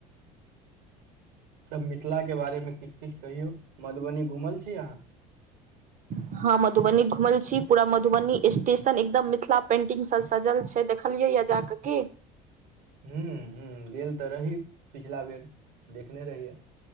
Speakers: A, on the right; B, on the right.
A: तब मिथिला के बारेमे किछु किछु कहियौ मधुबनी घुमल छी अहाँ
B: ह हां मधुबनी घुमल छी पूरा मधुबनी स्टेशन एकदम मिथिला पेंटिंग से सजल छै देखलिये जा कऽ कि
A: हू ह गेल तऽ रही पिछला बेर देखने रहिये